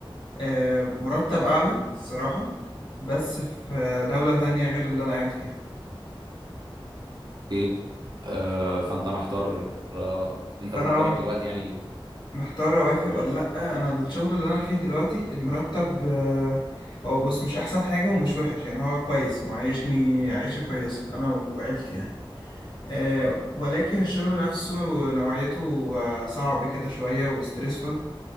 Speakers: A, on the left; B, on the right.
A: أه مرتب اعلى الصراحه بس في آه، دوله تانية غير اللي انا قاعد فيها
B: اوكي آه فانت محتار آه انت
A: فانا
B: مرتبك
A: أو مح-
B: دلوقتي يعني
A: محتار اوافق
B: مش
A: ولا لا انا الشغل اللي انا فيه دلوقتي المرتب أه هو بص مش احسن حاجه ومش وحش يعني هو كويس معيشني عيشه كويسه انا وعيلتي يعني آه، ولكن الشغل نفسه نوعيته آه، صعب كده شوية وستريسفul